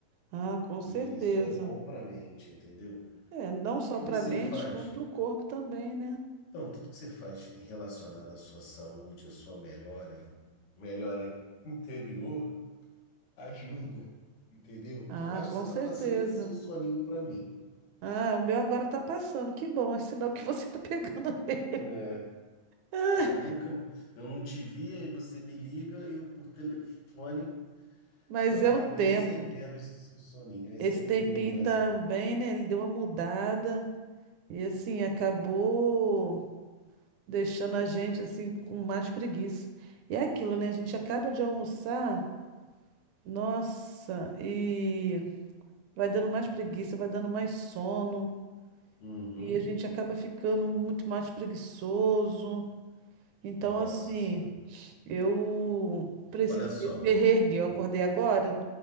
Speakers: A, on the right; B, on the left.
A: Ah, com certeza.
B: E isso é bom para a mente, entendeu?
A: É, não
B: Tudo
A: só
B: que
A: para
B: você
A: a mente,
B: faz
A: como para o corpo também, né?
B: Então, tudo que você faz em relacionado à sua saúde, à sua melhora e melhora interior, ajuda, entendeu?
A: Ah,
B: Eu acho
A: com
B: que você tá
A: certeza.
B: passando esse seu soninho pra mim.
A: Ah, o meu agora tá passando. Que bom, é sinal que você tá pegando. <laughs>
B: É,
A: Ah,
B: acabou que eu não te via e você me liga e eu por telefone
A: mas
B: eu acabo
A: é o tempo.
B: recebendo esse seu soninho, esse
A: Esse
B: tempinho
A: tempinho
B: mais.
A: também,
B: um.
A: né? Ele deu uma mudada e assim acabou deixando a gente assim com mais preguiça. E é aquilo, né? A gente acaba de almoçar, nossa, e vai dando mais preguiça, vai dando mais sono
B: Uhum.
A: e a gente acaba ficando muito mais preguiçoso. Então,
B: Nossa
A: assim,
B: Senhora.
A: eu preciso
B: Olha só,
A: mesmo me reerguer. Eu
B: o-
A: acordei agora.